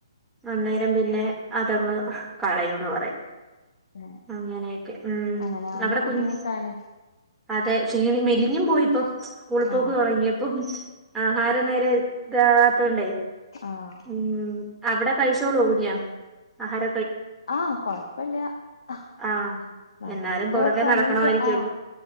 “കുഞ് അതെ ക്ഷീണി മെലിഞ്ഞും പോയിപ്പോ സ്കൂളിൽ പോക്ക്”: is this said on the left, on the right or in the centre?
Centre